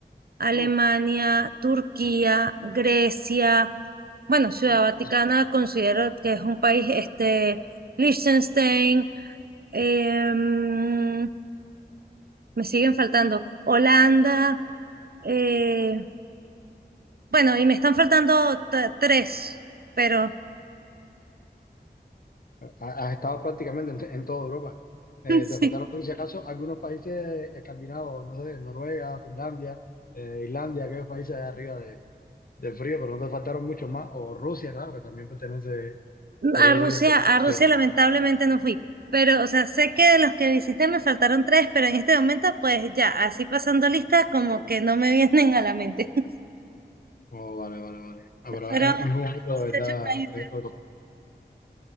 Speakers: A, on the right; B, on the left.
A: Alemania,
B: Uf,
A: Turquía, Grecia. Bueno, Ciudad
B: uf,
A: Vaticana considero que es un país, este, Liechtenstein, em, me siguen faltando Holanda, eh, bueno, y me están faltando t- tres, pero
B: ha- Has estado prácticamente en, en toda Europa. Eh,
A: <laughs>
B: te
A: sí,
B: faltaron, si acaso, algunos países escandinavos, no sé, Noruega, Finlandia, eh, Islandia, aquellos países de arriba de, del frío, pero no te faltaron muchos más. O Rusia, claro, que también pertenece, podría
A: a Rusia,
B: decir. que-
A: a Rusia
B: sí.
A: lamentablemente no fui. Pero, o sea, sé que de los que visité me faltaron tres, pero en este momento, pues ya, así pasando listas, como que no me <laughs> vienen a la mente. <laughs>
B: Oh, vale, vale, vale. Ah, pero
A: Fueron
B: es, es muy bonito,
A: 18
B: de verdad,
A: países.
B: Europa.